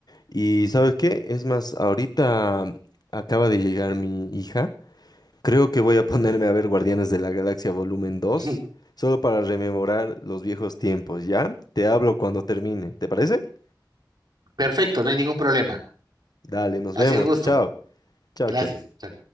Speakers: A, on the left (about 55°); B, on the right (about 60°).
A: Y ¿sabes qué? Es más, ahorita acaba de llegar mi hija. Creo que voy a ponerme a ver Guardianes de la Galaxia Volumen dos,
B: <laughs>
A: solo para rememorar los viejos tiempos, ¿ya? Te hablo cuando termine, ¿te parece?
B: perfecto, no hay ningún problema.
A: Dale, nos
B: Ha
A: vemos.
B: sido un gusto.
A: Chao. Chao,
B: Gracias.
A: chao.
B: Chao.